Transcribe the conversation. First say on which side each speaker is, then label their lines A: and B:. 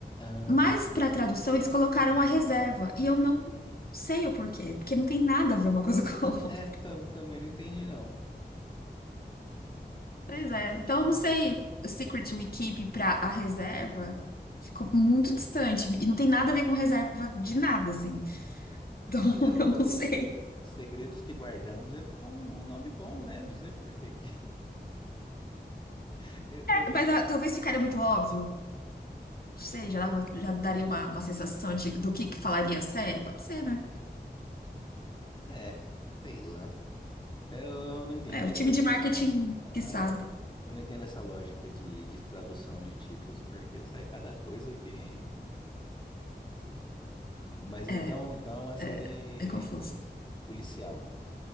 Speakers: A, on the left; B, on the left.
A: Ahn,
B: Mas para tradução eles colocaram a reserva e eu não sei o porquê, porque não tem nada a ver uma coisa <laughs> com a outra.
A: é, tam- também não entendi não.
B: Pois é, então eu não sei, Secret We Keep para a reserva ficou muito distante e não tem nada a ver com reserva de nada assim. Então <laughs>
A: É, os
B: eu não sei.
A: segredos que guardamos ia ficar um, bom nome bom, né? Não sei por que que <laughs> eu,
B: É,
A: eu não,
B: Mas ah, talvez ficaria muito óbvio. Não sei, já dava- já daria uma, uma sensação de, do que que falaria a série. Pode ser, né?
A: é, sei lá. Eu, não entendo
B: É, o
A: a lógica.
B: time de marketing
A: a
B: que sabe.
A: lo- Eu não entendo essa lógica de, de tradução de títulos, porque sai cada coisa que. Mas
B: É,
A: então, então é uma série
B: é, é confuso.
A: policial.